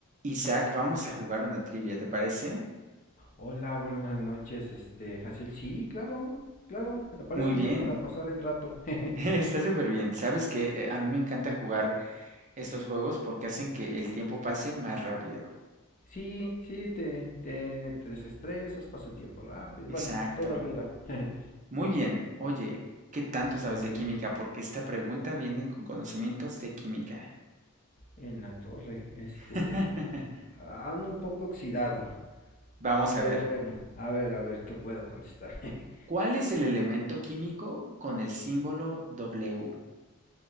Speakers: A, on the right; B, on the left.
A: Isaac, vamos a jugar una trivia, ¿te parece?
B: Hola, buenas noches, este, Jaciel. Sí, claro, claro, me parece
A: Muy bien,
B: bien para pasar el rato. <laughs> Jeje.
A: <laughs> está súper bien. Sabes que a mí me encanta jugar estos juegos porque hacen que el tiempo pase más rápido.
B: Sí, sí, te, te, te desestresas, pasa el tiempo rápido.
A: Exacto.
B: y Bueno, todo ayuda. <laughs> Jeje.
A: Muy bien. Oye, ¿qué tanto sabes
B: A ver,
A: de
B: dime.
A: química? Porque esta pregunta viene con conocimientos de química.
B: En la torre, este,
A: <laughs>
B: ando un poco oxidado,
A: Vamos a
B: pero
A: ver.
B: bueno, a ver, a ver, ¿qué puedo contestar? <laughs>
A: ¿Cuál es el elemento químico con el símbolo W?